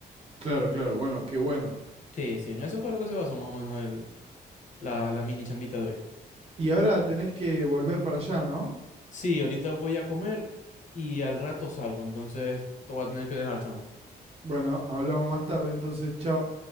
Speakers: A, on the right; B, on the left.
A: Claro, claro. Bueno, qué bueno.
B: Sí, sí, en eso fue lo que se basó más o menos el, la, la mini chambita de hoy.
A: Y ahora tenés que volver para allá, ¿no?
B: Sí, ahorita voy a comer y al rato salgo, entonces te voy a tener que dejar, chamo.
A: Bueno, hablamos más tarde, entonces, chao.